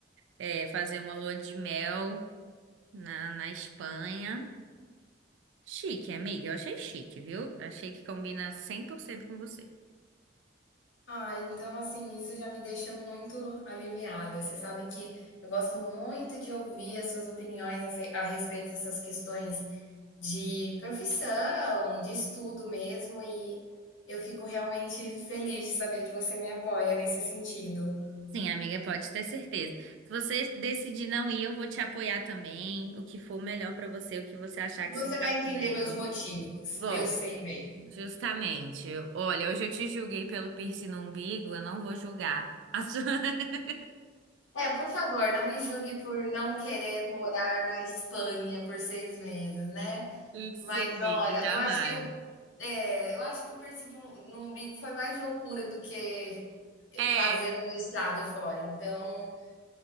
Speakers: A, on the right; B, on the left.
A: é, fazer uma lua de mel na, na Espanha. Chique, amiga, eu achei chique, viu? Achei que combina 100% com você.
B: Ah, então, assim, isso já me deixa muito aliviada. Você sabe que eu gosto muito de ouvir as suas opiniões a re a respeito dessas questões de profissão, de estudo mesmo, e eu fico realmente feliz de saber que você me apoia nesse sentido.
A: Sim, amiga, pode ter certeza. Se você decidir não ir, eu vou te apoiar também. O que for melhor pra você, o que você achar que
B: Você
A: se encaixa
B: vai entender
A: melhor.
B: meus motivos,
A: Vou,
B: eu sei bem.
A: justamente. Olha, hoje eu te julguei pelo piercing no umbigo, eu não vou julgar. A sua... <laughs>
B: É, por favor, não me julgue por não querer morar na Espanha por 6 meses, né.
A: Sim,
B: Mas
A: amiga,
B: olha,
A: jamais.
B: eu acho que eu é, eu acho que o piercing de um no umbigo foi mais loucura do que
A: É,
B: fazer um mestrado fora, então,